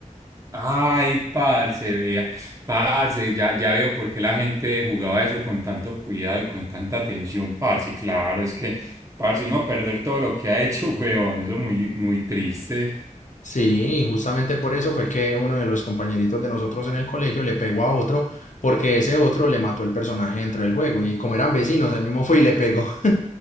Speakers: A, on the right; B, on the left.
A: Ay, parce, vea. Parce, ya, ya veo por qué la gente jugaba eso con tanto cuidado y con tanta atención, parce. Claro, es que, parce, uno perder todo lo que ha hecho, <laughs> huevón, eso es muy, muy triste.
B: Sí, justamente por eso fue que uno de los compañeritos de nosotros en el colegio le pegó a otro porque ese otro le mató el personaje dentro del juego y como eran vecinos, ahí mismo fue y le pegó.